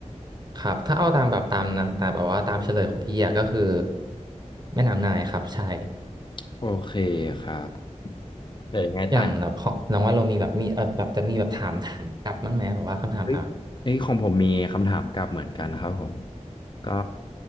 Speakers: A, on the right (about 35°); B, on the left (about 40°).
A: ครับถ้าเอาตามแบบตามนั้นตามแบบว่าตามเฉลยของพี่อะก็คือแม่น้ำนายครับใช่
B: โอเคครับแต่ยังไงตาน
A: อย่างแบบเพราะน้องว่าเรามีแบบมีเอ่อแบบจะมีแบบถามถามกลับบ้างไหมแบบว่าคำถามถาม
B: เฮ้ยเอ้ยของผมมีคำถามกลับเหมือนกันครับผมก็